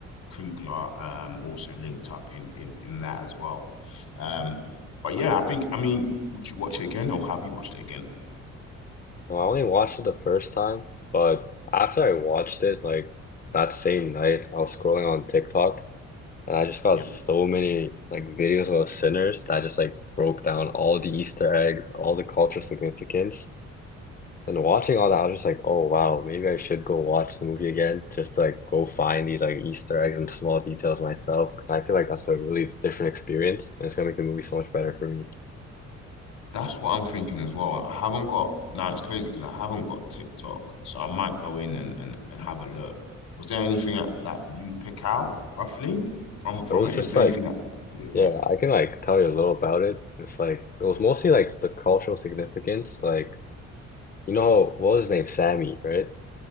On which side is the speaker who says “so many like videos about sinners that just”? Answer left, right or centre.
Left